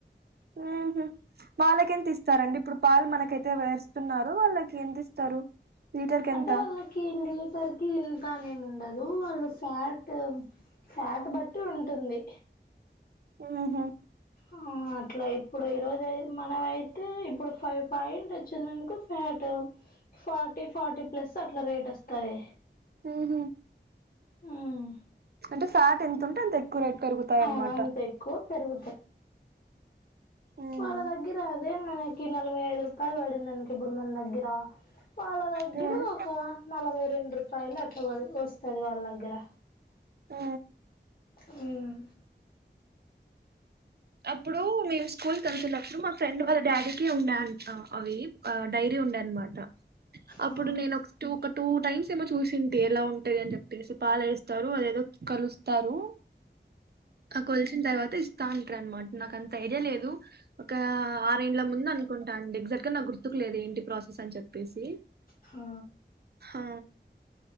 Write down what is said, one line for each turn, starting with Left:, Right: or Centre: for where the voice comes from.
Right: హుమ్ హు వాళ్ళకెంత ఇస్తారండి ఇప్పుడు పాలు మనకైతే వేస్తున్నారు వాళ్ళకి ఎంత ఇస్తారు లీటర్కి
Left: అంటే
Right: ఎంత
Left: వాళ్ళకి లీటర్ కి ఇంతనేమి ఉండదు వాళ్ళు ఫ్యాట్ ఫ్యాట్ బట్టి ఉంటుంది
Right: ఆహా
Left: ఆ అట్లా ఇప్పుడు ఈ రోజు మనమైతే ఇప్పుడు ఫైవ్ పాయింట్ వచ్చిందనుకో అటు ఫార్టీ ఫార్టీ ప్లస్ అట్లా రేట్ వస్తాది
Right: ఆహ
Left: మ్మ్
Right: అంటే ఫ్యాట్ ఎంత ఉంటే అంత ఎక్కువ రేట్ పెరుగుతాయి
Left: ఆ
Right: అన్నమాట
Left: అంత ఎక్కువ పెరుగుతయ్
Right: మ్మ్.
Left: వాళ్ళ దగ్గర అదే మనయి కి నలభై ఐదు రూపాయలు పడిందనుకో ఇప్పుడు మన దగ్గర వాళ్ళ దగ్గర
Right: మ్మ్.
Left: ఒక నలభై రెండు రూపాయలు అట్ల పడి వస్తాది వాళ్ళ దగ్గర
Right: ఆ
Left: ఉమ్
Right: అప్పుడు మేము స్కూల్ కి వెళ్తున్నప్పుడు మా ఫ్రెండ్ వాళ్ళ డాడీకి ఉండే అంట అవి డైరీ ఉండే అనమాట అప్పుడు
Left: ఆ
Right: నేను ఒక స్టూ ఒక టూ టైమ్స్ సేమో చూసింటే ఎలా ఉంటది అని చెప్పేసి పాలు వేస్తారు అదేదో కలుస్తారు ఆ కొలిసిన తర్వాత ఇస్తాన్ అట్ల అన్మాట నాకు అంత ఐడియా లేదు ఒక ఆరేండ్ల ముందు అనుకుంటా అండి ఎగ్జాక్ట్ గా నాకు గుర్తుకు లేదు. ఏంటి ప్రాసెస్ అని చెప్పేసి
Left: హా
Right: ఆ